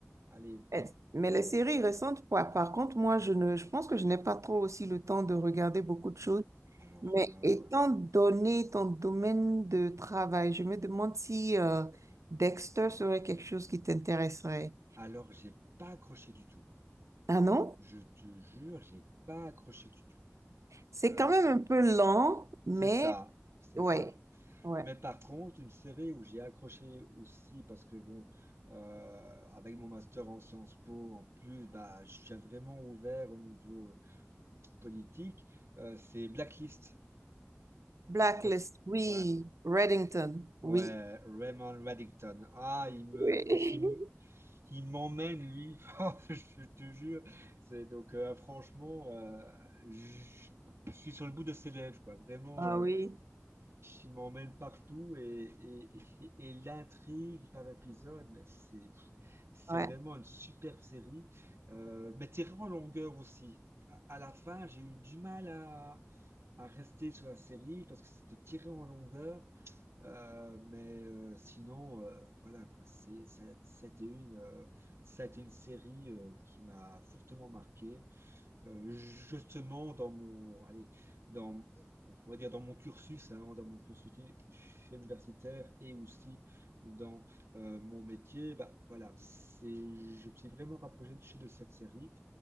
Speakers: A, on the right; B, on the right.
A: allez,
B: Eh, Mais les séries récentes, par, par contre, moi, je ne, je pense que je n'ai pas trop aussi le temps de regarder beaucoup de choses.
A: alors
B: Mais
A: là,
B: étant
A: ouais.
B: donné ton domaine de travail, je me demande si euh, Dexter serait quelque chose qui t'intéresserait.
A: Alors, j'ai pas accroché du tout.
B: Ah non?
A: Je te jure, j'ai pas accroché du tout.
B: C'est
A: Euh,
B: quand même un peu lent, mais
A: c'est ça, c'est
B: ouais,
A: ça.
B: ouais.
A: Mais par contre, une série où j'ai accroché aussi, parce que bon, euh, avec mon master en Sciences Po, en plus, bah, je suis vraiment ouvert au niveau euh, politique, euh, c'est Blacklist.
B: Blacklist,
A: Je, sais-
B: oui.
A: ouais,
B: Reddington,
A: ouais,
B: oui.
A: Raymond Reddington. Ah, il me,
B: Oui.
A: il,
B: <laughs>
A: qui m'emmène, lui. <laughs> Oh, Je te jure. C'est donc, euh, franchement, euh, je je suis sur le bout de ses lèvres, quoi. Vraiment,
B: Ah
A: euh,
B: oui,
A: il m'emmène partout et, et, et- et l'intrigue par épisode, mais c'est, c'est
B: ouais.
A: vraiment une superbe série. Euh, mais tirée en longueur aussi. À à la fin, j'ai eu du mal à, à rester sur la série parce que c'était tiré en longueur. Euh, mais euh, sinon, euh, voilà quoi, c'est, c'est- c'était une, euh, c'était une série euh, qui m'a fortement marqué, Euh, justement dans mon, allez, dans, on va dire dans mon cursus, hein, dans mon cursus uni- universitaire et aussi dans euh, mon métier, bah voilà, c'est, je me suis vraiment rapproché de de cette série